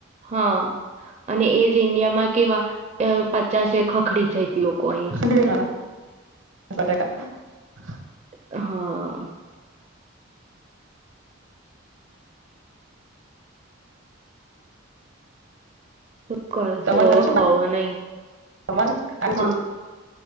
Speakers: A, on the right; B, on the right.
A: હા અને એજ ઇન્ડિયામાં કેવા પચાસ ખખડી જાય લોકો
B: <unintelligible>
A: અહિયાં
B: <unintelligible>
A: હા. શ કરશું
B: તમારે
A: હવે
B: ઘરે શું
A: ખાવ નહી
B: બનવાનું આવું
A: <inaudible> હા.
B: છે